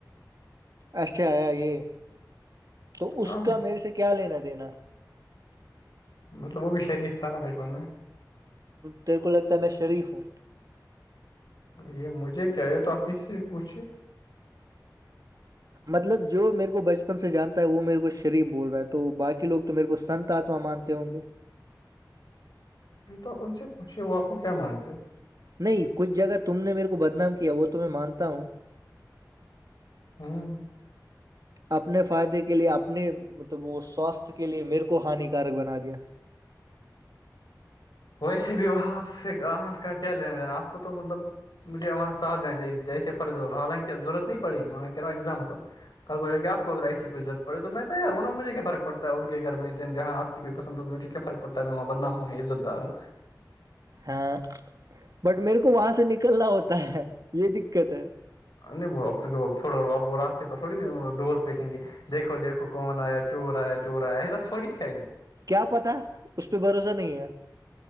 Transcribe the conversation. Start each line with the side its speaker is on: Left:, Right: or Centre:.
Right: اچھا آیا یہ تو اس
Left: ہاں
Right: کا میرے سے کیا لینا دینا
Left: مطلب وہ بھی شریف تھا نا بچپن میں
Right: تیرے کو لگتا ہے میں شرف ہوں
Left: یہ مجھے کیا یہ تو آپ کسی سے بھی پوچھھیے
Right: مطلب جو میرے کو بچپن سے جانتا ہے وہ میرے کو شریف بول رہا ہے تو باقی لوگ تو میرے کو سنت آتما مانتے ہوں گے
Left: یہ تو آپ ان سے پوچے وہ آپ کو کیا مانتے ہیں
Right: نہیں کچھ جگہ تم نے میرے کو بدنام کیا وہ تو میں مانتا ہوں
Left: ہاں
Right: اپنے فائدے کے لیے اپنے مطلب وہ سواستھ کے لیے میرے کو ہانیکارک بنا دیا
Left: ویسے بھی وہپ سے آپ کا کیا لینا دینا آپ کو تو مطلب مجھے وہاں ساتھینا چاہیے جیسے حالانہضرورت نہیں پڑےی میں کہہا ہوں ایگزامپل کل کو جا کے آپ کو اگر ایسی کوئیضرت پڑ تو میں تو ی ہوں مھے کیار پڑتا ہے انن گھر میں جہاں پسند ہے مجھے کیا فرق پتا ہے میں وہاں بدام ہوں عزت دار ہوں
Right: ہاں بٹ میرے کو وہاں سے نکلنا ہوتا ہے یہ دقت ہے
Left: نہیں وہ تھوڑا ا راستے پر تھوڑی ڈور پیٹیں گے دیکھو دیکھو کون آیا چور آیا چور آیا ای سب تھوڑی کریں گے
Right: کیا پتاہ ہے اس پہ بھروسہ نہیں ہے